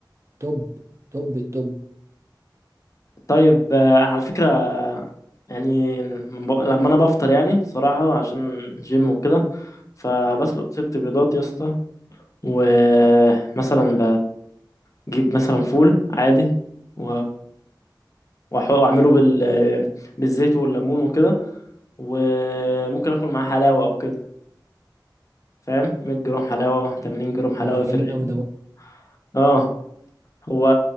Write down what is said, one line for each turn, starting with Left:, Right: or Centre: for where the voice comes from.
Right: توب توب التوب
Left: طيب آه، انا على فكره آه، يعني من ب... لما انا بفطر يعني صراحه عشان جيم وكده فبسلق ست بيضات يا اسطى ومثلا بجيب مثلا فول عادي و وأح- واعمله بال بالزيت والليمون وكده وممكن اكل معاه حلاوه او كده فاهم 100 جرام حلاوه 80 جرام حلاوه
Right: ما
Left: في
Right: جامد
Left: الرغيف
Right: أوي ده برضه.
Left: اه هو